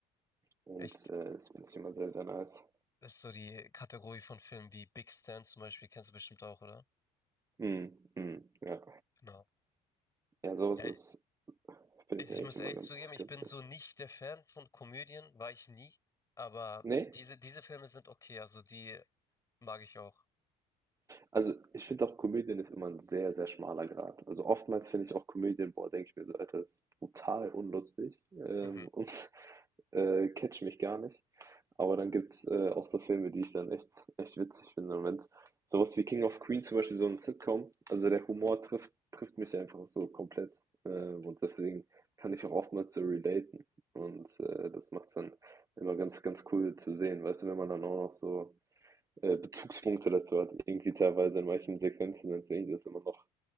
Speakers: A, on the right; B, on the left.
A: und,
B: Echt,
A: äh, das finde ich immer sehr, sehr nice.
B: das ist so die Kategorie von Filmen wie Big Stan zum Beispiel, kennst du bestimmt auch, oder?
A: Mhm, mhm, ja.
B: Genau.
A: Ja, sowas
B: Ja, ich,
A: ist finde
B: also
A: ich eigentlich
B: ich muss
A: immer
B: ehrlich
A: ganz
B: zugeben, ich
A: ganz
B: bin so
A: nice.
B: nicht der Fan von Komödien, war ich nie. Aber
A: Ne?
B: diese, diese Filme sind okay, also die mag ich auch.
A: Also, ich finde auch, Komödien ist immer ein sehr, sehr schmaler Grat. Also, oftmals finde ich auch Komödien boah, denke ich mir so: „Alter, das ist brutal unlustig, ähm,
B: Mhm.
A: und, <laughs> äh, catcht mich gar nicht.“ Aber dann gibt's, äh, auch so Filme, die ich dann echt echt witzig finde. Und wenn's so was wie „King of Queens“ zum Beispiel, so ein Sitcom also, der Humor trifft trifft mich einfach so komplett, ähm, und deswegen kann ich auch oftmals so relaten. Und, äh, das macht's dann immer ganz, ganz cool zu sehen, weißt du, wenn man dann auch noch so äh, Bezugspunkte dazu hat, irgendwie teilweise in manchen Sequenzen, dann finde ich das immer noch,